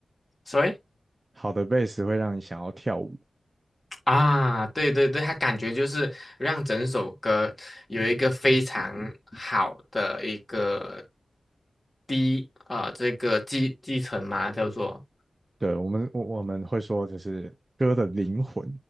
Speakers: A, on the left (about 20°); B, on the right (about 30°).
A: 所以
B: 好的贝斯会让你想要跳舞，
A: 啊，对对对，它感觉就是让整首歌有一个非常好的一个低啊、呃这个继继承嘛，叫做
B: 对，我们我我们会说就是歌的灵魂，